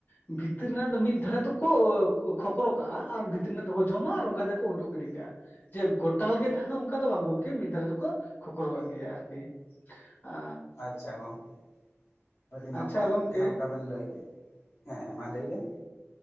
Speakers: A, on the left; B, on the left.
A: ᱵᱷᱤᱛᱤᱨ ᱨᱮᱱᱟᱜ ᱫᱚ ᱢᱤᱫ ᱫᱷᱟᱨᱮ ᱫᱚᱠᱚ ᱠᱷᱚᱠᱨᱚ ᱠᱟᱜᱼᱟ ᱟᱨ ᱵᱷᱤᱛᱤᱨ ᱨᱮᱱᱟᱜ ᱫᱚᱠᱚ ᱡᱚᱢᱟ ᱟᱨ ᱚᱱᱠᱟ ᱛᱮᱠᱚ ᱩᱰᱩᱜ ᱜᱤᱰᱤ ᱠᱟᱜᱼᱟ᱾ ᱡᱮ ᱜᱚᱴᱟᱞ ᱜᱮ ᱛᱟᱦᱮᱱᱟ ᱚᱱᱠᱟ ᱫᱚ ᱵᱟᱝ ᱜᱚᱢᱼᱼ ᱠᱤ ᱢᱤᱫ ᱫᱷᱟᱨᱮ ᱫᱚᱠᱚ ᱠᱷᱚᱠᱨᱚ ᱠᱟᱜ ᱜᱮᱭᱟ ᱟᱨᱠᱤ ᱟᱻ
B: ᱟᱪᱪᱷᱟ ᱜᱚᱝᱠᱮ ᱟᱹᱰᱤ ᱱᱟᱯᱟᱭ
A: ᱟᱪᱪᱷᱟ ᱜᱚᱢᱠᱮ
B: ᱡᱟᱦᱟᱸ ᱞᱮᱠᱟ ᱵᱮᱱ ᱞᱟᱹᱭ ᱠᱮᱫ ᱦᱮᱸ ᱢᱟ ᱞᱟᱹᱭ ᱵᱮᱱ